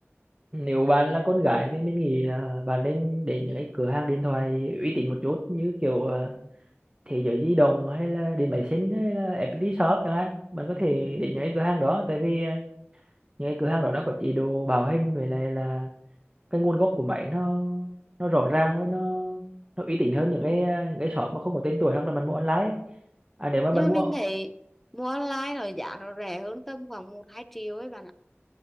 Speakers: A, on the right; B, in the centre.
A: nếu bạn là con gái thì mình nghĩ ờ, bạn nên đến những cái cửa hàng điện thoại uy tín một chút như kiểu ờ, Thế giới di động hay là điện máy xanh hay là FPT Shop chẳng hạn bạn có thể đến những cái cửa hàng đó tại vì ờ, những cái cửa hàng đó nó có chế độ bảo hành với lại là cái nguồn gốc của máy nó nó rõ ràng với nó nó uy tín hơn những cái những cái shop mà không có tên tuổi hoặc là bạn mua online ấy. à nếu mà bạn
B: Nhưng mà
A: mua
B: mình thấy mua online rồi giá nó rẻ hơn tầm khoảng một hai triệu ấy bạn ạ.